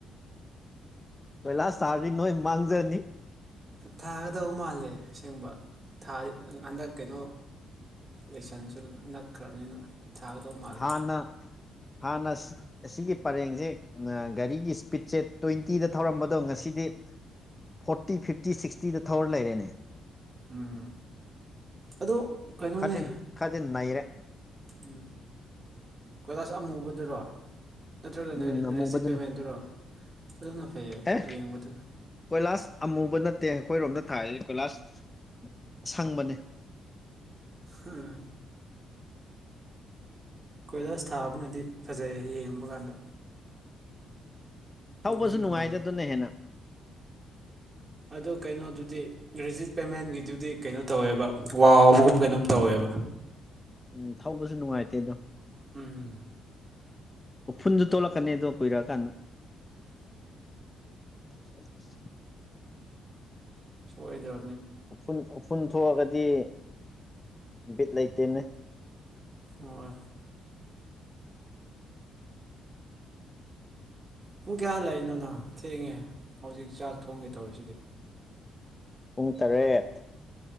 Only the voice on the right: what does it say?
ꯊꯥꯒꯗꯧꯕ ꯃꯥꯜꯂꯦ ꯑꯁꯦꯡꯕ ꯊꯥ ꯍꯟꯗꯛ ꯀꯩꯅꯣ ꯂꯁꯟꯁꯨ ꯅꯛꯈ꯭ꯔꯕꯅꯤꯅ ꯊꯥꯒꯗꯧ ꯃꯥꯜꯂꯦ
ꯎꯝ ꯑꯗꯣ ꯀꯩꯅꯣꯅꯦ
ꯎꯝ ꯀꯣꯏꯂꯥꯁ ꯑꯃꯨꯕꯗꯨꯔꯣ ꯅꯠꯇ꯭ꯔꯒꯅ
ꯔꯤꯖꯤꯄꯦꯃꯦꯟꯗꯨꯔꯣ ꯐꯖꯅ ꯐꯩꯌꯦ
ꯌꯦꯡꯕꯗꯨꯗ
ꯎꯝ ꯀꯣꯏꯂꯥꯁ ꯊꯥꯕꯅꯗꯤ ꯐꯖꯩꯌꯦ ꯌꯦꯡꯕ ꯀꯥꯟꯗ
ꯅꯨꯡꯁꯨ ꯅꯨꯡꯉꯥꯏꯕ
ꯑ ꯀꯩꯅꯣꯗꯨꯗꯤ ꯔꯤꯖꯤꯠ ꯄꯦꯃꯦꯟꯒꯤꯗꯨꯗꯤ ꯀꯩꯅꯣ ꯇꯧꯋꯦꯕ ꯋꯥꯕꯒꯨꯝ ꯀꯩꯅꯣꯝ ꯇꯧꯋꯦꯕ
ꯎꯝ
ꯍꯣꯏꯗ꯭ꯔ
ꯃ ꯄꯨꯡ ꯀꯌꯥ ꯂꯩꯏꯅꯣ ꯅꯪ ꯊꯦꯡꯉꯦ ꯍꯧꯖꯤꯛ ꯆꯥꯛ ꯊꯣꯡꯒꯦ ꯇꯧꯋꯤꯁꯤꯗꯤ